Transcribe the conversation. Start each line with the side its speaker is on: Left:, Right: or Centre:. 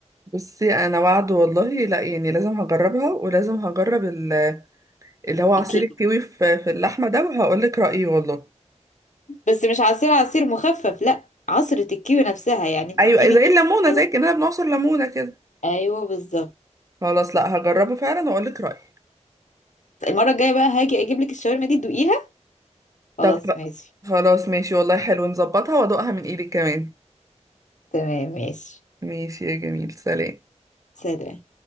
Right: بصي انا وعد والله لا يعني لازم هجربها ولازم هجرب ال- اللي هو عصير
Left: الكيوي
Right: الكيوي في في اللحمه ده وهقول لك رايي والله
Left: بس مش عصير عصير مخفف لا عصرة الكيوي نفسها يعني أنت
Right: ايوه
Left: تجيبي
Right: زي الليمونه
Left: الكيوي
Right: زي كاننا بنعصر ليمونه كده
Left: <laughs> أيوه بالظبط
Right: خلاص لا هجربه فعلا واقول لك رايي
Left: المرة الجاية بقى هاجي أجيب لك الشاورما دي تدوقيها خلاص
Right: طب
Left: ماشي
Right: خلاص ماشي والله حلو نظبطها وادوقها من ايدك كمان
Left: تمام ماشي
Right: ماشي يا جميل سلام
Left: سلام